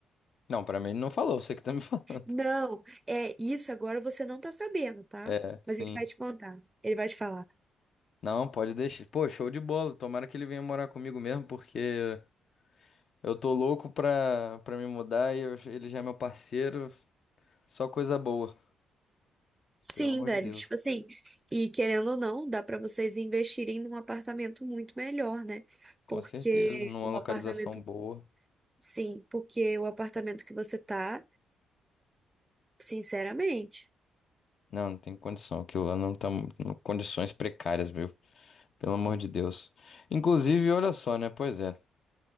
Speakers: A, on the left; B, on the right.
A: Não, pra mim ele não falou, você que tá me <laughs> falando.
B: Não, é isso agora você não tá sabendo, tá?
A: É, sim.
B: Mas ele vai te contar, ele vai te falar.
A: Não, pode deixar. Pô, show de bola. Tomara que ele venha morar comigo mesmo, porque eu tô louco pra, pra me mudar e eu- ele já é meu parceiro. Só coisa boa,
B: Sim,
A: pelo amor
B: velho,
A: de Deus.
B: tipo assim, e querendo ou não, dá pra vocês investirem num apartamento muito melhor, né?
A: Com
B: Porque
A: certeza, numa
B: o
A: localização
B: apartamento,
A: boa.
B: sim, porque o apartamento que você tá, sinceramente,
A: Não, não tem condição. Aquilo lá não tá em condições precárias, viu? Pelo amor de Deus. Inclusive, olha só, né? Pois é.